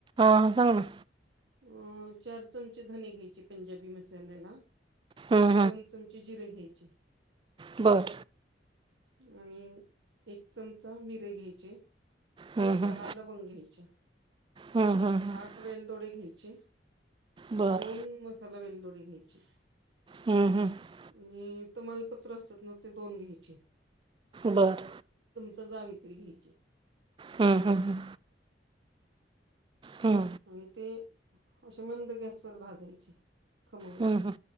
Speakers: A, on the right; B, on the right.
A: आ हां.
B: म चार चमचे धने घ्यायचे पंजाबी मसाल्याला
A: हम्म
B: दोन चमचे जिरे घ्यायचे.
A: बरं.
B: आणि एक चमचा मिरे घ्यायचे.
A: हम्म हम्म
B: दहा लवंग घ्यायच्या,
A: हम्म हम्म हम्म
B: आठ वेलदोडे घ्यायचे.
A: बर
B: दोन मसाला वेलदोडे घ्यायचे
A: हम्म हम्म
B: आणि तमालपत्र असत ना, ते दोन घ्यायचे
A: बर
B: जावित्री घ्यायची
A: हम्म हम्म हम्म
B: आणि ते, असे मंद गॅसवर भाजायचे. खमंग
A: हम्म हम्म